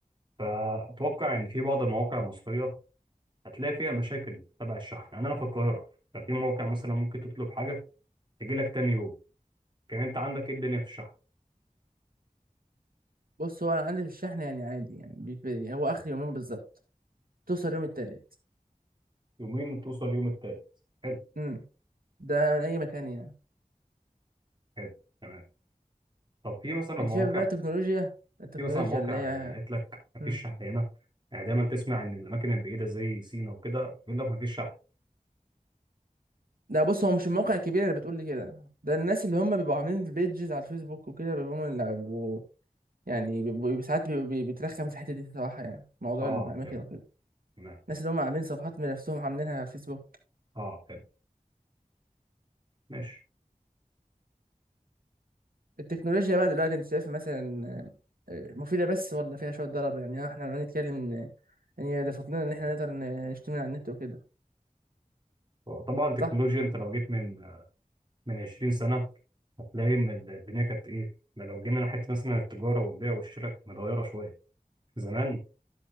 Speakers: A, on the right; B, on the right.
A: فأتوقع إن في بعض المواقع المصرية هتلاقي فيها مشاكل تبع الشحن يعني انا في القاهره ففي موقع مثلا ممكن تطلب حاجه تجي لك تاني يوم كان انت عندك ايه الدنيا في الشحن
B: بص هو انا عندي في الشحن يعني عادي يعني بيكفي هو اخر يومين بالظبط توصل يوم التالت
A: يومين وتوصل اليوم التالت حلو
B: امم ده من اي مكان يعني
A: حلو تمام طب في مثلا
B: انت
A: مواقع
B: شايف بقى التكنولوجيا التكنولوجيا
A: في مثلا مواقع
B: اللي هي
A: يعني قالت لك مفيش
B: امم
A: شحن هنا يعني دايما تسمع ان الاماكن البعيده زي سينا وكده بيقول لك مفيش شحن
B: لا بص هو مش الموقع الكبير اللي بتقول لي كده ده الناس اللي هم بيبقوا عاملين بيجز على الفيسبوك وكده بيبقوا هم اللي بيبقوا- يعني بيبقوا ساعات بيبقوا بي- بيترخم في الحته دي صراحه يعني موضوع
A: اه
B: الاماكن
A: فهمت
B: وكده
A: تمام
B: الناس اللي هم عاملين صفحات من نفسهم عاملينها على الفيسبوك
A: اه فهمت ماشي
B: التكنولوجيا بقى دلوقتي انت شايفها مثلا آه، مفيدة بس ولا فيها شوية ضرر يعني احنا لو نتكلم ان ان هي اضافت لنا ان احنا نقدر ن- نشتري من على النت وكده
A: هو طبعا التكنولوجيا
B: صح؟
A: انت لو جيت من من 20 سنه هتلاقي ان الدنيا كانت ايه ما لو جينا ناحيه مثلا التجاره والبيع والشراء كانت متغيره شويه زمان